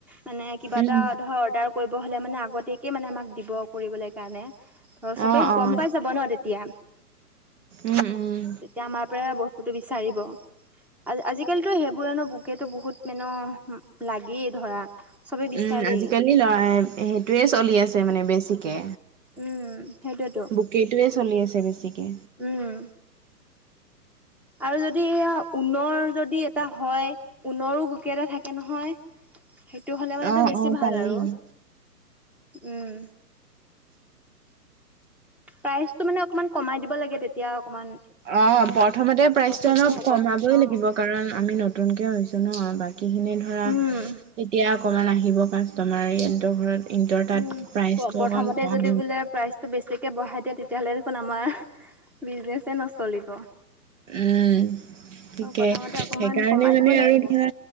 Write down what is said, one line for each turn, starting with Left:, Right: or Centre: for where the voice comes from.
Centre: মানে কিবা
Right: উম।
Centre: এটা ধৰ অৰ্ডাৰ কৰিব হ'লে মানে আগতীয়কে মানে আমাক দিব কৰিবলৈ কাৰণে ধৰ চবেই
Right: অ', অ',
Centre: গম পাই যাব ন তেতিয়া
Right: উম, উম,
Centre: তেতিয়া আমাৰ পৰা বস্তুতটো বিচাৰিব আ আজিকালিতো সেইবোৰনো বুকেতো বহুত মানে লাগেই ধৰা চবে বিচাৰেই
Right: উম আজিকালি লৰা সেইটোয়ে চলি আছে মানে বেছিকে
Centre: উম সেইটোয়েতো
Right: বুকেইটোয়ে চলি আছে বেছিকে
Centre: উম আৰু যদি ঊণ যদি এটা হয় ঊণো বোকে এটা থাকে নহয় <inaudible> সেইটো হ'লে মানটো
Right: অ',
Centre: বেছি
Right: অ',
Centre: ভাল
Right: পাৰি।
Centre: আৰু উম প্ৰাইচটো মানে অকণমান কমাই দিব লাগে তেতিয়া অকমান
Right: অ প্ৰথমতে প্ৰাইচটো
Centre: প্ৰফিটটো
Right: অলপ
Centre: হ'ব
Right: কমাবই
Centre: অ
Right: লাগিব কাৰণ আমি নতুনকে হৈছো ন বাকী বাকী খিনিধৰা
Centre: উম
Right: তেতিয়া অকমান আহিব কাষ্টমাৰ ইহঁতৰ ঘৰত ইহঁতৰ তাত
Centre: উম
Right: প্ৰাইচটো
Centre: প্ৰথমতে
Right: অকণ কম
Centre: যদি বোলে প্ৰাইজটো বেছিকে বঢ়াই দিয়ে তেতিয়াহ'লে আমাৰ বিজনেছে নচলিব
Right: উম
Centre: অ
Right: থিকে
Centre: প্ৰথমতে অকমান
Right: সেইকাৰণে
Centre: কমাই
Right: মানে
Centre: দিব লাগিব
Right: আৰু ধৰা